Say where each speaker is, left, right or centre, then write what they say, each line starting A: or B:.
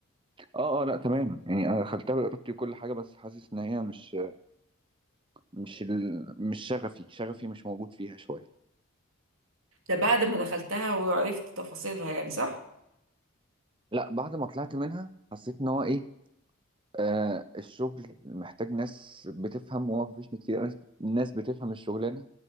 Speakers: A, on the right; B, on the right.
A: آه آه لأ تمام يعني أنا دخلتها بإرادتي وكل حاجة بس حاسس إن هي مش مش ال... مش شغفي شغفي مش موجود فيها شوية
B: ده بعد ما دخلتها وعرفت تفاصيلها يعني صح
A: لأ بعد ما طلعت منها حسيت إن هو إيه آه الشغل محتاج ناس بتفهم وهو مفيش ناس كتير ناس ناس بتفهم الشغلانة